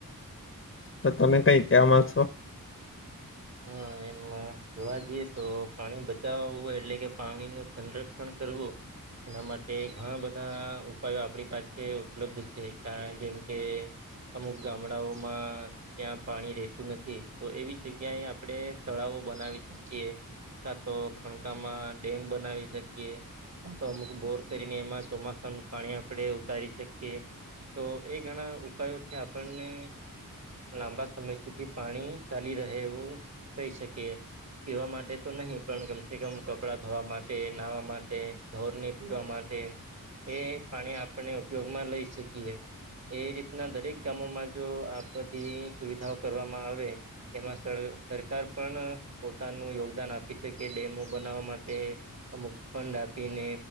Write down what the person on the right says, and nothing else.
હા એમાં જોવા જઈએ તો પાણી બચાવુંય એટલે કે પાણી ન સંરક્ષણ કરવું. એના માટે ઘણા બધા ઉપાયો આપણી પાસે ઉપલબ્ધ છે કાર જેમ કે અમુક ગામડાઓમાં ત્યાં પાણી રતું નથી તો એવી જગ્યા જગ્યા આપડણે તળાવો બનાવી શકીએ તો ખણકામાં ડેમ બનાવી શકીએ હ તો અમુક બોર કરીને એમાં ચોમાસાનું પાણી આપણે ઉતારી શકીએ તો એ ઘણા ઉપાયોથી આપણને લાંબા સમય સુધી પાણી ચાલી રહે એવું થઈ શકીએ પવા માટે તો નહી પણ કમસે કમ કપડાં ધવા માટે નાહવા માટે ઢોર ને પીવા માટે એ પાણી આપને ઉપયોગમાં લઈ શકીએ એ રીતના દરેક ગામોમાં જો આ બધી સુવિધાઓ કરવામાં આવે એમાં સરકાર પણ પોતાનું યોગદાન આપી શકે ડેમો બનાવવા માટે અમુક ફંડ આપીને